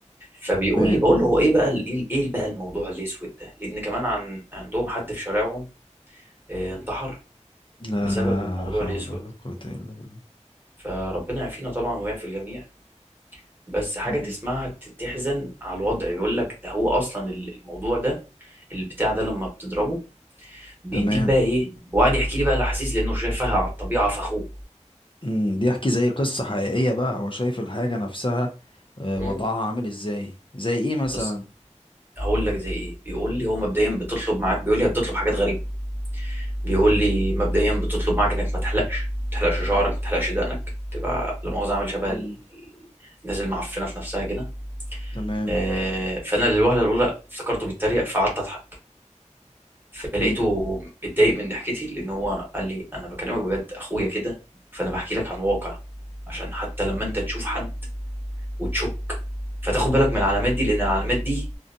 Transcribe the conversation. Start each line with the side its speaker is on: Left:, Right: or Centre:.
Right: فبيقول
Left: تمام
Right: لي بقول له هو ايه بقى ال- ايه ايه بقى الموضوع الاسود ده لان كمان عن عندهم حد في شارعهم آه، انتحر
Left: لا
Right: بسبب الموضوع
Left: حول
Right: الاسود
Left: ولا قوة الا بالله
Right: فربنا يعافينا طبعا ويعفي الجميع بس حاجه
Left: مم.
Right: تسمعها ت- تحزن على الوضع يقول لك ده هو اصلا ال- الموضوع ده البتاع ده لما بتضربه بيديك
Left: تمام
Right: بقى ايه وقعد يحكي لي بقى الاحاسيس لانه شايفها على الطبيعه في اخوه
Left: مم، بيحكي زي قصة حقيقية بقى هو شايف الحاجة نفسها آه،
Right: مم.
Left: وضعها عامل ازاي زي ايه مثلا
Right: بس هقول لك زي ايه بيقول لي هو مبدئيا بتطلب معاك بيقول لي هي بتطلب حاجات غريبه بيقول لي مبدئيا بتطلب معاك انك ما تحلقش ما تحلقش شعرك ما تحلقش دقنك تبقى لا مؤاخذه عامل شبه
Left: مم،
Right: ال- ال- الناس المعفنه في نفسها كده
Left: تمام
Right: آه، فانا للوهله الاولى افتكرته بيتريق فقعدت اضحك فلقيته
Left: مم،
Right: اتضايق من ضحكتي لان هو قال لي انا بكلمك بجد اخويا كده فانا بحكي لك عن واقع عشان حتى لما
Left: مم،
Right: انت تشوف حد وتشك فتاخد بالك من العلامات دي لان العلامات دي